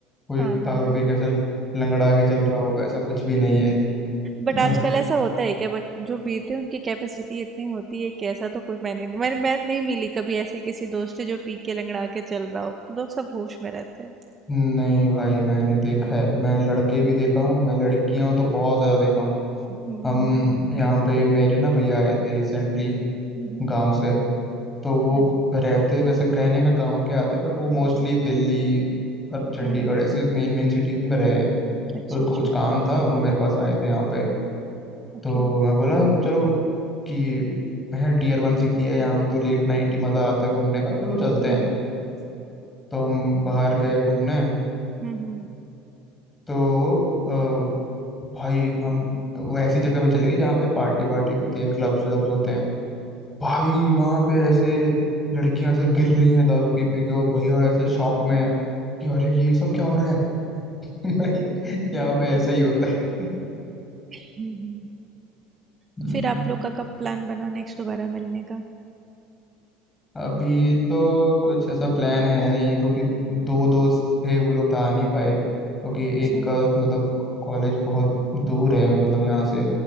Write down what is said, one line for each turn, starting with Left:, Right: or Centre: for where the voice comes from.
Left: कोई
Right: हाँ
Left: दारू
Right: हाँ हाँ
Left: पी कैसे लंगड़ा के चल रहा होगा ऐसा कुछ भी नहीं है
Right: बट
Left: ना-
Right: आजकल ऐसा होता है क्या बट जो पीते हैं उनकी कैपेसिटी इतनी होती है कि ऐसा तो कोई मैंने मैंने मैं नहीं मिली कभी ऐसे किसी दोस्त से जो पी के लंगड़ा के चल रहा हो तो दोस्त सब होश में रहते हैं
Left: नहीं भाई मैंने देखा
Right: हम्म।
Left: है मैं लड़के भी देखा हूँ मैं लड़कियां तो बहुत ज़्यादा देखा हूँ
Right: हम्म
Left: हम
Right: हम्म
Left: यहाँ पे मेरे ना भैया आए थे रिसेंटली
Right: हम्म हम्म।
Left: गाँव से तो वो
Right: अच्छा
Left: रहते वैसे कहने में गाँव के आते बट वो मोस्टली दिल्ली और चंडीगढ़
Right: हम्म हम्म
Left: ऐसे मेन मेन सिटीज में रहे हैं
Right: अच्छा
Left: तो उनको
Right: अच्छा
Left: कुछ काम था वो मेरे पास आए थे यहाँ पे
Right: ओके
Left: तो
Right: हम्म
Left: मैं बोला चलो कि है टीयर वन सिटी है यहाँ पे तो लेट नाइट ही मज़ा आता है घूमने का चलो चलते
Right: हम्म
Left: हैं तो हम बाहर गए घूमने
Right: हम्म हम्म
Left: तो अ, भाई हम तो वो ऐसी जगह पे चले गए जहाँ पे पार्टी वार्टी होती है क्लब्स व्लब्स होते हैं भाई वहां पे ऐसे लड़कियां ऐसे गिर रही हैं दारू पी पी के और भैया ऐसे शौक में है कि अरे ये सब क्या हो रहा है <laughs> भाई यहाँ पे ऐसा ही होता है
Right: हम्म। हम्म।
Left: हम्म,
Right: तो फिर आप लोग का कब प्लान बना नेक्स्ट दोबारा मिलने का
Left: अभी तो कुछ ऐसा प्लान है नहीं क्योंकि दो दोस्त थे वो लोग तो आ नहीं पाए क्योंकि
Right: अच्छा
Left: एक का मतलब कॉलेज बहुत दूर है मतलब यहाँ से